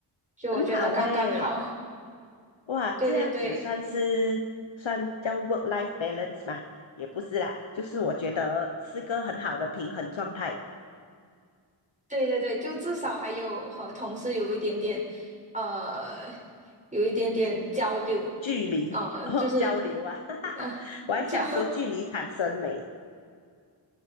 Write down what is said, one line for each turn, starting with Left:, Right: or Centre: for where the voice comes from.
Right: 就我觉得刚刚好。
Left: 很好诶，
Right: <laughs>
Left: 哇，这样子算是算叫
Right: 对对对
Left: work-life balance 吗？也不是啦，就是我觉得是个很好的平衡状态，
Right: 对对对，就至少还有和同事有一点点，呃，有一点点交流，
Left: 距离
Right: 呃，
Left: <laughs> 哦交流啊，
Right: 就是呃
Left: 我还想说距离产生美，
Right: <laughs> 交。